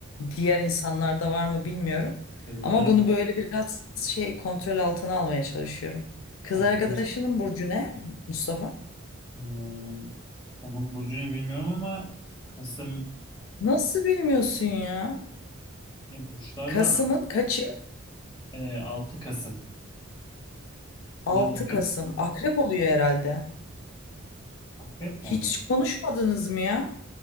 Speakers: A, on the left; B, on the left.
A: Diğer insanlarda var mı bilmiyorum.
B: Tabii
A: Ama
B: canım.
A: bunu böyle biraz şey kontrol altına almaya çalışıyorum. Kız
B: Aklımız.
A: arkadaşının burcu ne Mustafa?
B: Ee, onun burcunu bilmiyorum ama Kasım
A: Nasıl bilmiyorsun ya?
B: ya burçlarla
A: Kasım'ın
B: aram-
A: kaçı?
B: ee, 6 Kasım.
A: altı
B: Ne oluyor?
A: Kasım. Akrep oluyor herhalde.
B: Akrep
A: Hiç
B: mi oluyor?
A: konuşmadınız mı ya?